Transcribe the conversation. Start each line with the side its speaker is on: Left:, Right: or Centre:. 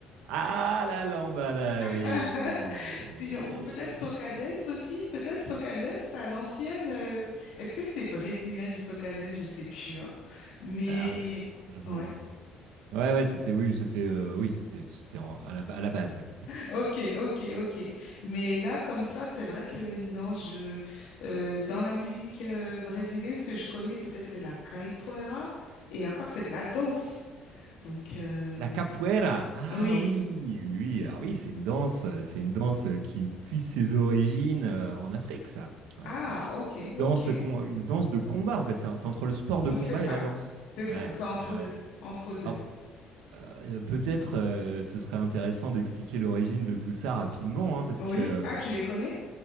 Right: Ah, la lambada, oui,
Left: <laughs>
Right: oui,
Left: Sinon,
Right: oui.
Left: ou peut-être Soca Dance aussi, peut-être Soca Dance à l'ancienne. euh, Est-ce que c'était brésilien du Soca Dance? Je sais plus. hein. Mais
Right: Alors, mhm.
Left: ouais.
Right: Ouais, ouais, c'était, oui, c'était, euh, oui, c'était, c'était en- à la, à la base, ouais.
Left: Ok, ok, ok. Mais là, comme ça, c'est vrai que non, je euh, dans la musique euh, brésilienne, ce que je connais peut-être c'est la capoeira et encore c'est de la danse. Donc euh,
Right: La capoeira. Ah
Left: oui.
Right: oui, oui, oui. Alors oui, c'est une danse, euh, c'est une danse euh, qui puise ses origines euh, en Afrique, ça. hein.
Left: Ah, ok,
Right: Une danse,
Left: ok.
Right: con- une danse de combat, en fait. C'est un- c'est entre le sport
Left: Oui,
Right: de combat
Left: c'est ça.
Right: et la danse.
Left: C'est ça,
Right: Ouais,
Left: c'est entre
Right: ouais, ouais.
Left: deux, entre deux.
Right: Alors euh, peut-être euh, ce serait intéressant d'expliquer l'origine de tout ça rapidement, hein, parce
Left: Oui.
Right: que
Left: Ah, tu les connais?